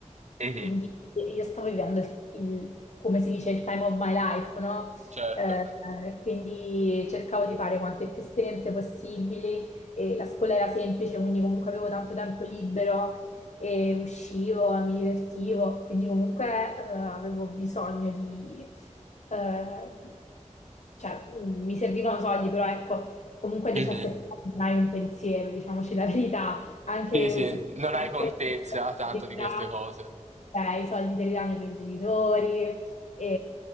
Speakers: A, on the right; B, on the left.
A: Mhm,
B: quindi io stavo vivendo il, il- come si dice, il time of my life, no?
A: Certo.
B: Eh, quindi cercavo di fare quante più esperienze possibili e la scuola era semplice, quindi comunque avevo tanto tempo libero e uscivo, mi divertivo, quindi comunque eh, avevo bisogno di... eh, cioè, mm, mi servivano soldi, però ecco, comunque a 17
A: mhm.
B: anni non hai un pensiero, diciamoci la verità, anche
A: Sì, sì,
B: su quelle
A: non hai contezza
B: piccole responsabilità.
A: tanto di queste cose.
B: Cioè, i soldi te li danno i tuoi genitori, e